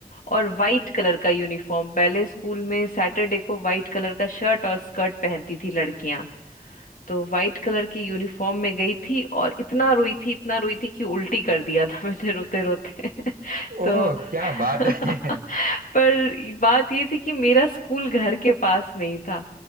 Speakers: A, on the left; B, on the right.
A: और वाइट कलर का यूनिफॉर्म पहले स्कूल में सैटरडे को वाइट कलर का शर्ट और स्कर्ट पहनती थी लड़कियां तो वाइट कलर की यूनिफॉर्म में गई थी और इतना रोई थी इतना रोई थी कि उल्टी कर दिया था <laughs> मैंने रोते रोते <laughs> तो
B: ओह क्या बात
A: <laughs>
B: है
A: पर बात ये थी कि मेरा स्कूल घर के पास में ही था